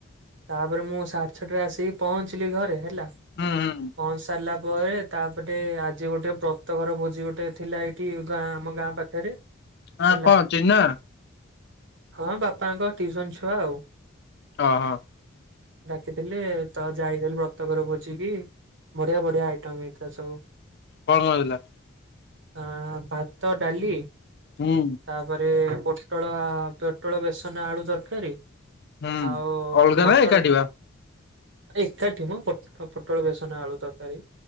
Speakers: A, on the right; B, on the left.
A: ତାପରେ ମୁଁ ସାଢ଼େ ଛଅରେ ଆସିକି ପହଞ୍ଚିଲି ଘରେ ହେଲା
B: ହୁଁ ହୁଁ
A: ପହଞ୍ଚି ସାରିଲା ପରେ ତାପରେ ଆଜି ଗୋଟେ ବ୍ରତଘର ଭୋଜି ଗୋଟେ ଥିଲା ଏଇଠି ଗାଁ ଆମ ଗାଁ ପାଖରେ।
B: ହଁ
A: ହେଲା
B: କଣ ଚିହ୍ନା?
A: ହଁ ବାପାଙ୍କ ଟ୍ୟୁସନ୍ ଛୁଆ ଆଉ।
B: ହଁ ହଁ।
A: ଡାକିଥିଲେ ତ ଯାଇଥିଲେ ବ୍ରତ ଘର ଭୋଜି କି। ବଢ଼ିଆ ବଢ଼ିଆ ଆଇଟମ୍ ହେଇଥିଲା ସବୁ।
B: <unintelligible> ହେଇଥିଲା।
A: ଆ ଭାତ, ଡ଼ାଲି
B: ହୁଁ
A: ତାପରେ ପୋଟଳ ପୋଟଳ ବେସନ ଆଳୁ ତରକାରୀ।
B: ହୁଁ
A: ଆଉ
B: ଅଲଗା
A: ମଟର
B: ନା ଏକାଠି ବା
A: ଏକାଠି ମ <unintelligible> ପୋଟଳ ବେସନ ଆଳୁ ତରକାରୀ।